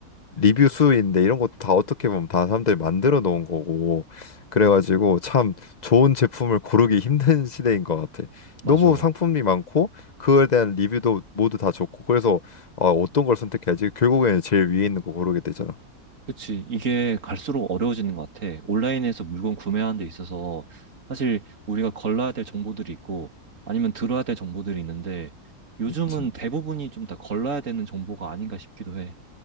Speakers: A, on the left (about 45°); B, on the right (about 50°).
A: 리뷰 수인데 이런 것도 다 어떻게 보면 다 사람들이 만들어 놓은 거고. 그래가지고 참 좋은 제품을 고르기 힘든 <laughs> 시대인 것 같아.
B: 맞아.
A: 너무 상품이 많고 그거에 대한 리뷰도 모두 다 좋고 그래서 어, 어떤 걸 선택해야지 결국에는 제일 위에 있는 거 고르게 되잖아.
B: 그치. 이게 갈수록 어려워지는 것 같아. 온라인에서 물건 구매하는 데 있어서 사실 우리가 걸러야 될 정보들이 있고 아니면 들어야 될 정보들이 있는데 요즘은
A: 그치.
B: 대부분이 좀 다 걸러야 되는 정보가 아닌가 싶기도 해.